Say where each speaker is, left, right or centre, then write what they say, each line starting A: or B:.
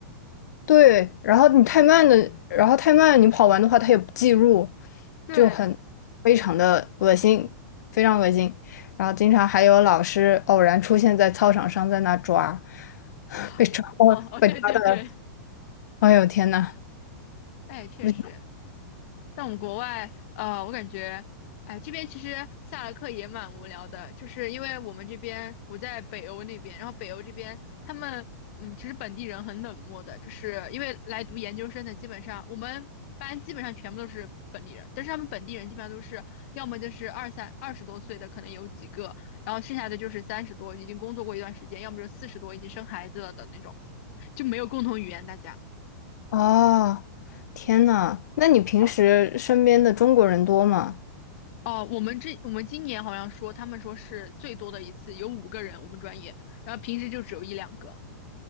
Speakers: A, on the left (about 70°); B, on the left (about 45°).
A: 对，然后你太慢的，然后太慢，你跑完的话，它也不计入，
B: 对
A: 就很非常的恶心，非常恶心。然后经常还有老师偶然出现在操场上，在那抓，<laughs>
B: 啊，
A: 被抓，哦，
B: 哦哦，
A: 被抓到了，
B: 对对对，
A: 哎呦天呐，
B: 哎，确实。
A: 不行，
B: 但我们国外，呃，我感觉，哎，这边其实下了课也蛮无聊的，就是因为我们这边我在北欧那边，然后北欧这边他们，嗯，其实本地人很冷漠的，就是因为来读研究生的，基本上我们班基本上全部都是本地人，但是他们本地人基本上都是要么就是二三二十多岁的，可能有几个，然后剩下的就是三十多已经工作过一段时间，要么就四十多已经生孩子了的那种，就没有共同语言，大家。
A: 哦，天呐，那你平时身边的中国人多吗？
B: 哦，我们这我们今年好像说，他们说是最多的一次有五个人，我们专业，然后平时就只有一两个。